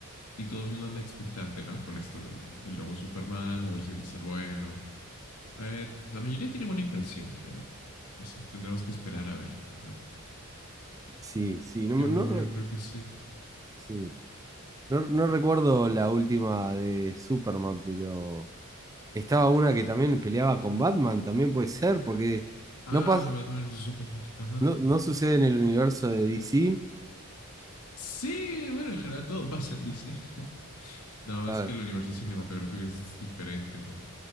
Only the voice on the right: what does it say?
Sí, sí, no, me-
no, re-
sí. No, no recuerdo la última de Superman, pero estaba una que también peleaba con Batman, también puede ser, porque
no pasa,
no, no sucede en el universo de DC.
Claro.